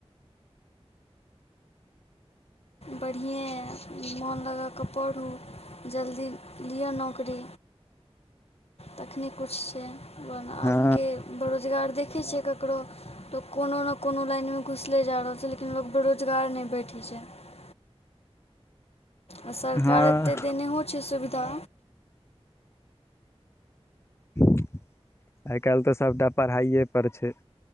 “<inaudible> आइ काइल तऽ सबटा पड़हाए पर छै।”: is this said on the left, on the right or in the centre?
Left